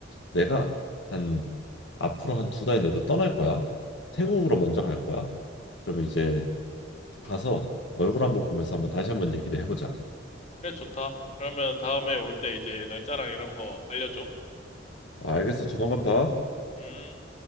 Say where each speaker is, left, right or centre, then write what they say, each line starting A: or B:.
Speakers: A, on the left; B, on the left.
A: 내가 한 앞으로 한 두 달 내로 떠날 거야 태국으로 먼저 갈 거야 그러면 이제 가서 얼굴 한번 보면서 한번 다시 한번 얘기를 해보자
B: 그래, 좋다. 그러면 다음에 올 때 이제 날짜랑 이런 거 알려줘.
A: 아, 알겠어 조만간 봐
B: 음.